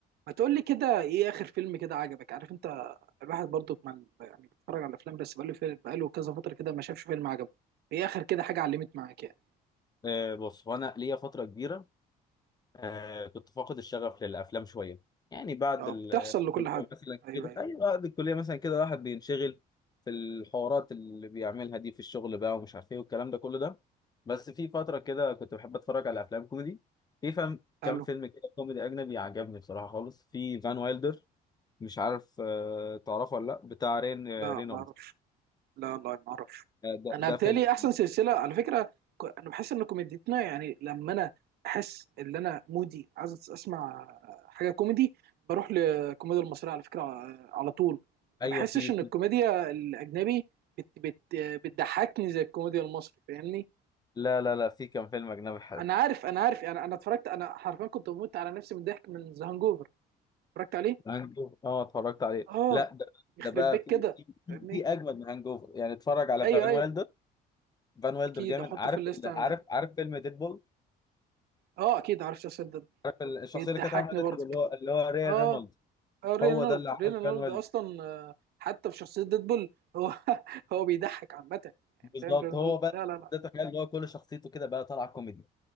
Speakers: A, on the right; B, on the left.
A: ما تقول لي كده ايه اخر فيلم كده عجبك عارف انت الواحد برضو ما يعني بيتفرج على الافلام بس بقاله فيلم بقاله كذا فتره كده ما شافش فيلم عجبه ايه اخر كده حاجه علمت معاك يعني
B: آه، بص هو انا ليا فتره كبيره آه، كنت فاقد الشغف للافلام شويه يعني بعد
A: آه،
B: الكليه
A: بتحصل لكل حد
B: مثلا
A: ايوه
B: كده
A: ايوه
B: ايوه بعد الكليه مثلا كده واحد بينشغل في الحوارات اللي بيعملها دي في الشغل بقى ومش عارف ايه والكلام ده كله ده بس في فتره كده كنت بحب اتفرج على افلام كوميدي في فهم
A: قال
B: كام
A: له
B: فيلم كده كوميدي اجنبي عجبني بصراحه خالص في فان وايلدر مش عارف آه، تعرفه ولا لا بتاع رين آه،
A: لا
B: رينولد
A: ما اعرفش لا لا ما اعرف
B: آه، ده
A: انا
B: ده
A: بالتالي
B: فيلم
A: احسن سلسله على فكره ك- انا بحس ان كوميديتنا يعني لما انا احس ان انا مودي عايز اسمع حاجه كوميدي بروح للكوميديا المصريه على فكره آه، على طول
B: ايوه
A: ما بحسش
B: في
A: ان
B: في-
A: الكوميديا الاجنبي بت بت بتضحكني زي الكوميديا المصري فاهمني
B: لا لا لا في كام فيلم اجنبي حلو
A: انا عارف انا عارف انا انا اتفرجت انا حرفيا كنت بموت على نفسي من الضحك من ذا هانجوفر اتفرجت عليه
B: هانجوفر اه اتفرجت عليه
A: اه
B: لا ده
A: يخرب
B: ده بقى
A: بيك
B: في
A: كده
B: في في
A: فاهمني
B: في اجمد من هانجوفر يعني اتفرج على
A: ايوه
B: فان
A: ايوه
B: ويلدر فان ويلدر
A: اكيد
B: جامد
A: احطه
B: عارف
A: في الليست
B: ال-
A: عندي
B: عارف عارف فيلم ديدبول
A: اه اكيد عارف شخصيا
B: عارف ال- الشخصيه
A: بيضحكني
B: اللي كانت عامله ديدبول
A: برضك
B: اللي هو اللي هو ري
A: اه
B: رينولدز
A: اه رينولد
B: هو ده اللي عامل
A: رينولد
B: فان ويلدر
A: اصلا آه، حتى في شخصيه ديدبول هو <laughs> هو بيضحك عامه يعني
B: بالظبط
A: فاهم رينولد
B: هو بقى
A: لا لا لا
B: ده تخيل اللي هو كل شخصيته كده بقى طالعه كوميدي